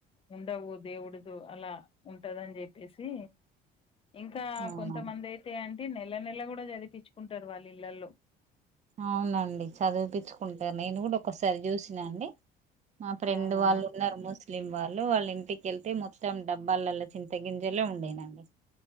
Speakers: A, on the left; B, on the right.
A: ఉండవు దేవుడి అలా ఉంటదని చెప్పి చెప్పేసి ఇంకా
B: అవునా
A: కొంతమంది అయితే అండి నెల నెల కూడా చదిపించుకుంటారు వాళ్ళు ఇళ్లలో
B: అవునండి చదివిపించుకుంట నేను కూడా ఒకసారి చూసినా అండి మా ఫ్రెండ్
A: అవునా
B: వాళ్ళు ఉన్నారు మోస్ లిం వాళు వాళ్ళ ఇంటికిళ్తే మొత్తం డబ్బాలల చింత గింజలే ఉండేనండి